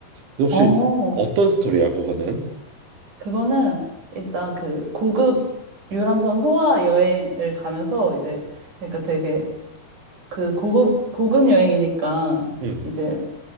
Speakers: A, on the right (about 80°); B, on the right (about 40°).
A: 그래서 혹시
B: 어,
A: 어떤 스토리야 그거는?
B: 그거는 일단 그 고급 유람선 호화 여행을 가면서 이제 그러니까 되게 그 고급, 고급 여행이니까
A: 응,
B: 이제